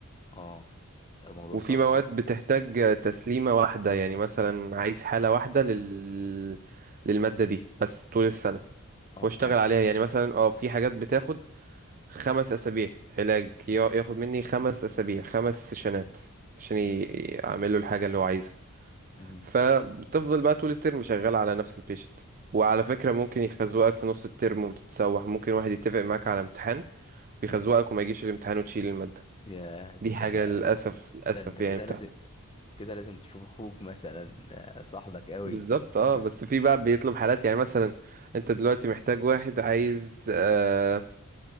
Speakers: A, on the left; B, on the right.
A: اه ده الموضوع
B: وفي
A: صعب
B: مواد
A: يعني
B: بتحتاج تسليمة واحدة يعني مثلا عايز حالة واحدة لل... للمادة دي بس طول السنة
A: اه
B: واشتغل
A: يعني
B: عليها يعني مثلا اه في حاجات بتاخد خمس أسابيع علاج يا- ياخد مني خمس أسابيع خمس سيشنات عشان ي... أعمل له الحاجة اللي هو عايزها
A: م.
B: فبتفضل بقى طول الترم شغال على نفس البيشنت وعلى
A: آه،
B: فكرة ممكن يخزوقك في نص الترم وتتسوح ممكن واحد يتفق معاك على امتحان ويخزوقك وما يجيش الامتحان وتشيل المادة
A: يا
B: دي
A: ده
B: حاجة للأسف للأسف
A: ده انت كده
B: يعني بتحصل
A: لازم كده لازم تشوف اخوك مثلا آه، صاحبك قوي
B: بالظبط
A: عشان
B: اه
A: <laughs>
B: بس في بقى بيطلب حالات يعني مثلا انت دلوقتي محتاج واحد عايز آه